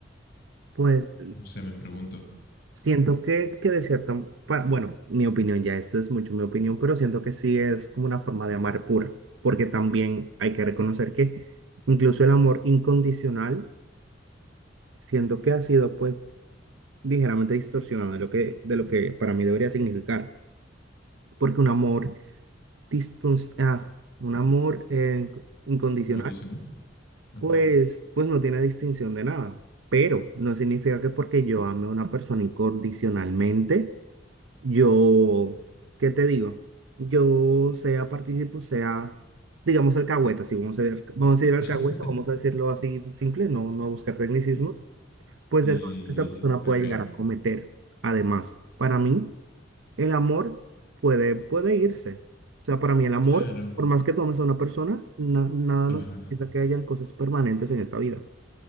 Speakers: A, on the right; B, on the left.
A: Pues
B: no sé, me pregunto.
A: Siento que, que de cierta, pa- bueno, mi opinión ya, esto es mucho mi opinión, pero siento que sí es como una forma de amar pura, porque también hay que reconocer que incluso el amor incondicional, siento que ha sido pues ligeramente distorsionado de lo que, de lo que para mí debería significar, porque un amor diston- ah, un amor eh, incondicional,
B: ¿Incondicional? Ajá.
A: pues, pues no tiene distinción de nada, pero no significa que porque yo ame a una persona incondicionalmente, Yo, ¿qué te digo? Yo sea participo, sea, digamos, alcahueta, si vamos a decir, vamos a decir alcahueta,
B: <laughs>
A: vamos a decirlo así simple, no, no buscar tecnicismos,
B: y,
A: pues
B: y.
A: de todo lo que esta persona
B: Ok.
A: puede llegar a cometer. Además, para mí, el amor puede, puede irse. O sea, para mí el amor,
B: Claro.
A: por más que tomes a una persona, na- nada
B: Ajá.
A: nos quita que hayan cosas permanentes en esta vida.